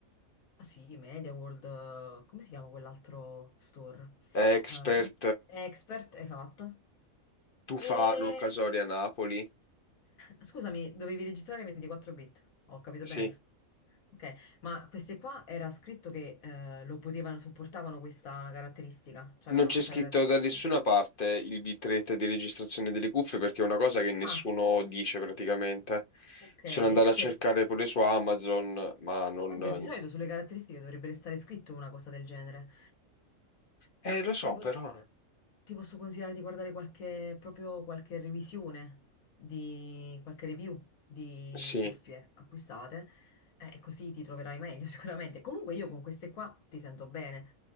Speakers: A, on the left; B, on the left.
A: Ah, Sì, MediaWorld, eh, come si chiama quell'altro store?
B: Expert,
A: Eh, i- Expert, esatto.
B: Tufano,
A: E
B: Casoria, Napoli.
A: scusami, dovevi registrare 24 bit, ho capito
B: Sì.
A: bene? Ok, ma queste qua era scritto che eh, lo potevano, supportavano questa caratteristica, cioè
B: Non
A: avevano
B: c'è
A: questa
B: scritto
A: caratteristica.
B: da nessuna parte il bitrate di registrazione delle cuffie perché è una cosa che nessuno
A: Ah,
B: dice praticamente.
A: ok,
B: Sono andato
A: invece,
B: a cercare pure su Amazon, ma non...
A: oddio, di solito sulle caratteristiche dovrebbe stare scritto una cosa del genere.
B: Eh, lo so,
A: Tipo.
B: però...
A: Ti posso consigliare di guardare qualche, proprio qualche revisione di qualche review di
B: Sì.
A: cuffie acquistate eh, e così ti troverai meglio <laughs> sicuramente. Comunque io con queste qua ti sento bene,